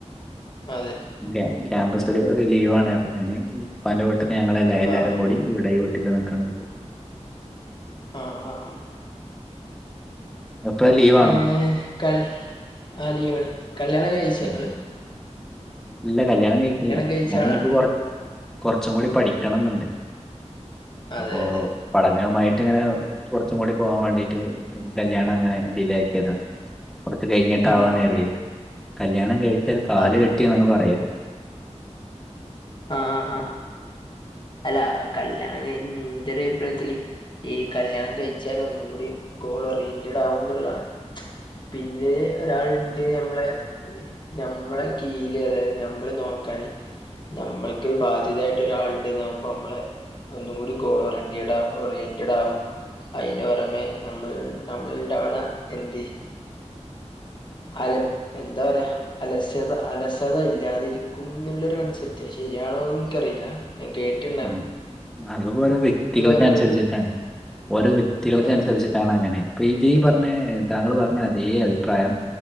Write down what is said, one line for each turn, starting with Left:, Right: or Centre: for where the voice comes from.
Left: അതെ
Centre: ക്യാ ക്യാമ്പസ് ഒരു ലീവാണ് അപ്പൊ ഞാന് ഉപ്പാന്റെ വീട്ടിന്ന് ഞങ്ങള് എ എല്ലാരും
Left: ആഹ്
Centre: കൂടി
Left: ആഹ്
Centre: ഇവിടെ ഈ വീട്ടിലാ നിക്കണതിപ്പൊ
Left: ആഹ് ആഹ് ആഹ്
Centre: എപ്പാ ലീവ്
Left: ഏഹ് കൽ അഹ് ലീവാണ്. കല്യാണം കഴിച്ച
Centre: ഉം.
Left: ങ്ങൾ?
Centre: ഇല്ല കല്യാണം കഴിക്ക്ണില്ല
Left: കഴിച്ച
Centre: ഞാൻ <unintelligible>
Left: ആളാണോ
Centre: കൊർ കൊർച്ചും കൂടി പഠിക്കണംന്ന്ണ്ട്.
Left: അതെ
Centre: അപ്പൊ
Left: അതെ
Centre: പഠനവുമായിട്ട് ഇങ്ങനെ കൊർച്ചും കൂടി പോവാൻ വാണ്ടീട്ട് കല്യാണ അങ്ങനെ ഡിലേയാക്കിതാണ്. കൊർച്ച് കഴിഞ്ഞിട്ടാവാന്ന്
Left: ഉം
Centre: കര്തി
Left: ഉം
Centre: കല്യാണം കഴിച്ചാല് കാല്
Left: അതെ
Centre: കെട്ടി ന്നാണ് പറയല്.
Left: ആഹ് ആഹ് അല്ലാ കല്യാണം കയിഞ്ഞ് എന്റെ ഒര് അഭിപ്രായത്തില് ഈ കല്യാണം കഴിച്ചാല് ഒന്നും കൂടി ഗോൾ ഒറിയന്റഡ് ആകുന്ന് ള്ളാ? പിന്നെ ഒരാള് ണ്ട് ഞമ്മളെ ഞമ്മളെ കീഴിൽ വരെ ഞമ്മളേ നോക്കാന് ഞമ്മക്ക് ബാധ്യതായിട്ട ഒരാള് <unintelligible> മ്പളേ ഒന്നും കൂടി ഗോള് ഓറിയന്റഡ് പ്പ് ഓറിയൻ്റഡ് ആകും. അയ്യോ രമെ നമ്മള് നമ്മള് ടൗണാ എന്തേ? <unintelligible> എന്താ പറയാ? അലസ്യത അലസത ഇല്ലാതേ ഇരിക്കും ന്നുള്ളൊര് കൺസെപ്റ്റ് ശരിയാണോന്ന് ഇൻക്ക് അറീല. ഞ കേട്ട്
Centre: ആഹ് അത് ഓരോ വ്യക്തികള്ക്ക്
Left: പറയാനുള്ളത്
Centre: അന്സാരിച്ചിട്ടാണ് ഓരോ വ്യക്തികൾക്ക്
Left: അതെ
Centre: അന്സരിച്ച് യാണ് അങ്ങനെ ഇപ്പ ഈജി പർഞ്ഞേ താങ്കള് പർഞ്ഞേ അതേ അഭിപ്രായം